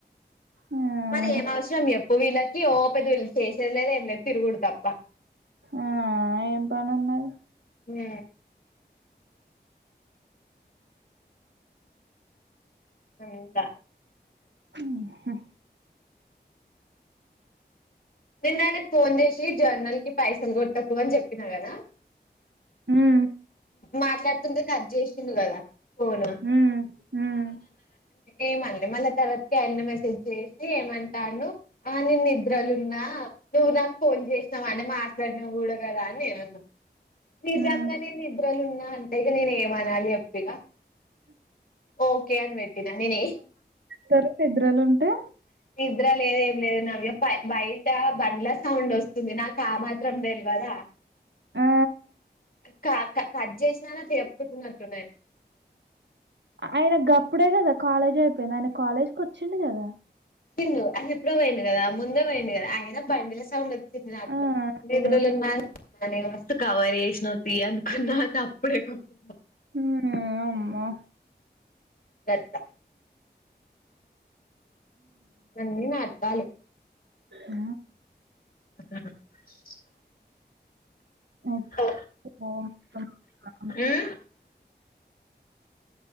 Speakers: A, on the right; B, on the left.
A: ఆహా!
B: మరి ఏం అవసరం ఎప్ వీళ్ళకి ఓ పెద్ద వీళ్లు చేసేదిలేదు ఏం లేదు తిరుగుడు తప్ప.
A: ఆ ఏం పనున్నది.
B: ఏ అంట
A: ఉహు
B: నిన్న ఆయనకు ఫోన్ చేసి జర్నల్ కి పైసలు కొట్టకు అని చెప్పిన కదా.
A: ఉమ్
B: మాట్లాడుతుంటె కట్ చేసిండు కదా ఫోను
A: హ్మ్. హ్మ్.
B: ఏమన్లే మళ్ళా తర్వాతకి ఆయన్నే మెసేజ్ చేసి ఏమంటాండు, ఆ నేన్ నిద్రలున్నా నువ్వు నాకు ఫోన్ చేసినవు అంటె మాట్లాడినవు గుడ కదా అని నేనన్నా. నిజంగనే
A: హ్మ్.
B: నేను నిద్రలు ఉన్నా అంటే, ఇగ నేను ఏమనాలి చెప్పిగా. ఓకే అని వెట్టిన నెనీ
A: తరు నిద్రలుంటే
B: నిద్ర లేదు ఏం లేదు నవ్య, బ బయట బండ్ల సౌండ్ ఒస్తుంది, నాకు ఆ మాత్రం తెలివదా
A: ఆ
B: క క కట్ చేసినాన చెప్పుతున్నట్టున్నట్టున్నది.
A: ఆయన గప్ప కాలేజ్ అయిపోయింది ఆయన కాలేజ్కి వచ్చింది కదా.
B: పిండు అది ఎప్పుడో పోయింది కదా, ముందే పోయింది కదా, ఐన బండిల సౌండ్ వత్ చెప్పిన అత్తు
A: ఆ
B: <unintelligible>
A: ఆ
B: ననే మస్తు కవర్ చేసినవ్ తీ అనుకున్నా అప్పుడేకూకున్న
A: ఉహు అమ్మో
B: పెడ్తా అన్ని నాటకాలు
A: ఆ
B: అ స
A: ఓకే.
B: ఓ
A: ఓహ్! హ్మ్.
B: ఉమ్